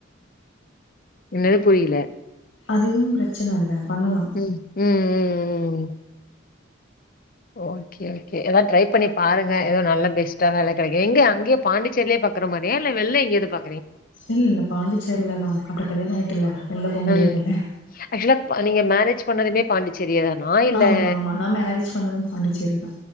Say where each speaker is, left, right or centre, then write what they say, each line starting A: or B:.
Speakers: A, on the left; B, on the left.
A: என்னது புரில
B: அதிகம் பிரச்சன இல்ல பண்ணலா
A: உஹ்ம் ம் ம் ம் ஓகே ஓகே எதா ட்ரை பண்ணி பாருங்க எதோ நல்லா பெஸ்ட்டா வேல கெடைக்கு எங்க அங்யே பாண்டிச்சேர்லயே பாக்கற மாரியா இல்ல வெள்ள எங்யாது பா
B: இல்ல இல்ல பாண்டிச்சேர்லதா அப்றோ கல்யாண் ஆயிட்ல்ல வெளில போ முடியாதுல்ல
A: ம் ஆக்சுவலா நீங்க மேரேஜ் பண்ணதுமே பாண்டிச்சேரியாதானா இல்ல
B: ஆமா ஆமா நா மேரேஜ் பண்ணது பாண்டிச்சேரி தா